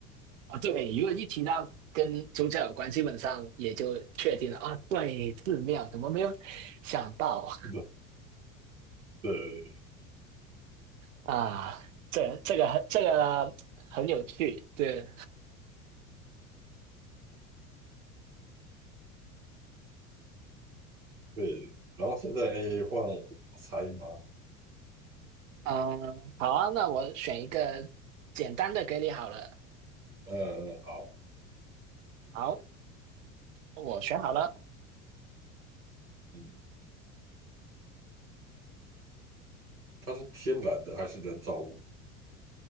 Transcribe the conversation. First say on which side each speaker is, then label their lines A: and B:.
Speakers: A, on the right; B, on the right.
A: 啊，对，如果一提到跟宗教有关，基本上也就确定了啊。对，寺庙怎么没有想到
B: 对对
A: 啊？啊这这个很这个很有趣，对，
B: 对然后现在换我猜吗？
A: 嗯，好啊，那我选一个简单的给你好了。
B: 嗯，好，
A: 好，我选好了，
B: 嗯，它是天然的还是人造物？